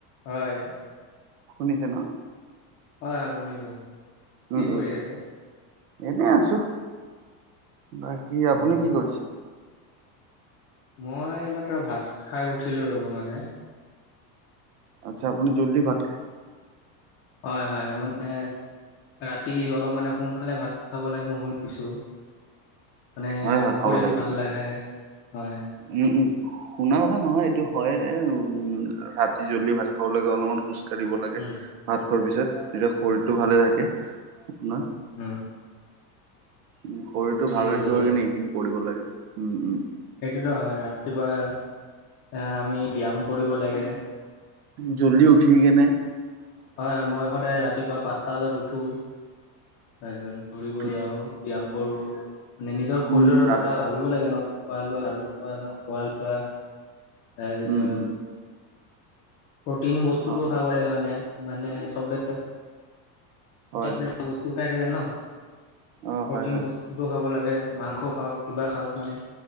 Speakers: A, on the left; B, on the right.
A: হয়।
B: শুনিছে ন?
A: হয় হয়, শুনিছো। কি
B: উম
A: কৰি
B: উম,
A: আছে?
B: এনেই আছো। বাকী আপুনি
A: অ',
B: কি কৰিছে?
A: মই এইমাত্ৰ ভাত খাই উঠিলো ৰ'ব মানে।
B: আৎচ্ছা আপুনি জল্দি ভাত খায়।
A: হয় হয়, মানে- ৰাতি অলপ মানে সোনকালে ভাত খাব লাগে মই শুনিছোঁ। মানে
B: হয়, হয়,
A: শৰীৰ
B: খাব লাগে।
A: ভাললে আহে হয়।
B: উম উম, শুনা কথা নহয় এইটো হয়ে, উম ৰাতি জল্দি ভাত খাব লাগে অলমান- খোজ কঢ়িব লাগে
A: উম,
B: ভাত খোৱাৰ পিছত যেতিয়া শৰীৰটো ভালে থাকে আপোনাৰ
A: উম
B: উ শৰীৰটো
A: ঠিকে
B: ভাল ৰাখিবৰ
A: কৈছে।
B: কাৰণে এইখিনি কৰিব লাগে উম উম
A: সেইটোতো হয় ৰাতিপুৱা এ আমি ব্যয়াম কৰিব লাগে
B: জলি উঠিকেনে
A: হয় হয় মই সদায় ৰাতিপুৱা পাঁচটা বজাত উঠো তাৰপিছত দৌৰিব
B: ভিত
A: যাওঁ ব্যায়াম কৰো নি-নিজৰ শৰীৰৰ
B: উম, ৰাত
A: কথা <unintelligible> পুহিব লাগে ন খোৱা লোৱা <unintelligible> <unintelligible> খোৱা লোৱা তাৰপিছত
B: উম, উম,
A: প্ৰটিন বস্তুতটোও
B: অ',
A: খাব লাগে মানে মানে চবে <unintelligible>
B: হয়।
A: বস্তু খাই থাকে ন
B: অ',
A: প্ৰটিন
B: হয়, হয়।
A: <unintelligible> <unintelligible> খাব লাগে মাংস খাওক কিবা খাওক মানে